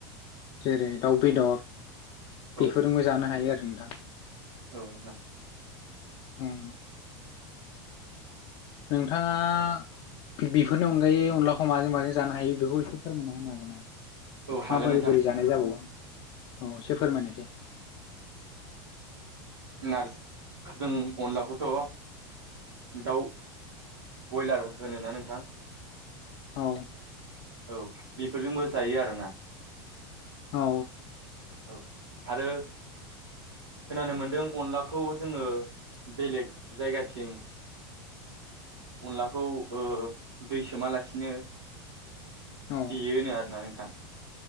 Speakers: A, on the left; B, on the right.
A: जेरै दाउ बेदर
B: औ
A: बेफोरजोंबो जानो हायो आरो नोंथां।
B: औ नोंथां।
A: हम। नोंथाङा बेफोरनि अनगायै अनलाखौ माजों माजों जानो हायो बेखौ एसे फोरमायना होनो हागोन नामा?
B: औ हागोन
A: माबोरै
B: नोंथां
A: बोरै जानाय जाबावो औ एसे फोरमायनोसै
B: नार्जिजों अनलाखौथ' दाउ बयलार होनो ना नोंथां?
A: औ।
B: औ बेफोरजोंबो जायो आरोना।
A: औ।
B: औ आरो खोनानो मोनदों अनलाखौ जोङो बेलेग जायगाथिं अनलाखौ ओ दै सोमालासिनो
A: औ
B: देयोनो आरोना नोंथां